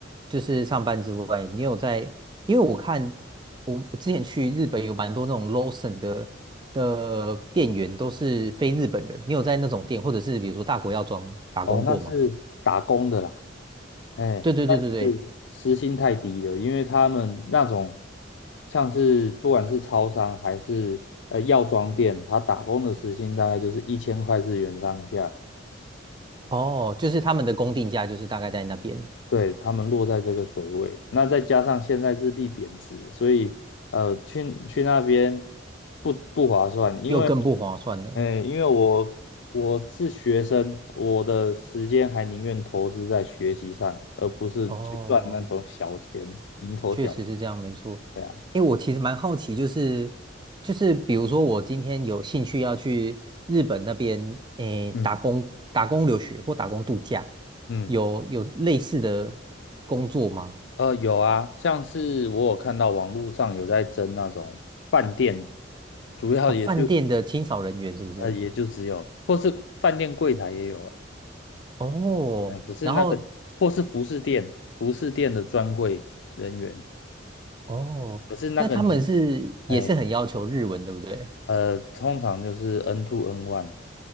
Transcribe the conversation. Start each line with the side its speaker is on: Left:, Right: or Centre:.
Right: 就是上班之外，你有在？因为我看我我之前去日本有蛮多那种 Lawson 的的店员都是非日本人，你有在那种店或者是比如说大国药妆打工过吗？
Left: 哦，那是打工的啦，哎，
Right: 对对对对对，
Left: 但是时薪太低了，因为他们那种像是不管是超商还是呃药妆店，他打工的时薪大概就是一千块日元上下，
Right: 哦，就是他们的工定价就是大概在那边，
Left: 对，他们落在这个水位，那再加上现在日币贬值，所以呃去去那边不不划算，因为。
Right: 又更不划算了。
Left: 哎，因为我我是学生，我的时间还宁愿投资在学习上，而不是去赚那种小钱，
Right: 哦，
Left: 蝇头小。
Right: 确实是这样，没错。
Left: 利啊，
Right: 因为我其实蛮好奇，就是就是比如说我今天有兴趣要去日本那边，诶，
Left: 嗯
Right: 打工打工留学或打工度假，
Left: 嗯，
Right: 有有类似的工作吗？
Left: 呃，有啊，像是我有看到网络上有在争那种饭店，主要也就
Right: 哦，饭店的清扫人员是不是？
Left: 呃也就只有，或是饭店柜台也有了，
Right: 哦，
Left: 哎，可是那个或是服饰店，
Right: 然后
Left: 服饰店的专柜人员，
Right: 哦，
Left: 可是那个你。
Right: 那他们是也是很要求日文，
Left: 哎。
Right: 对不对？
Left: 呃，通常就是 N two N one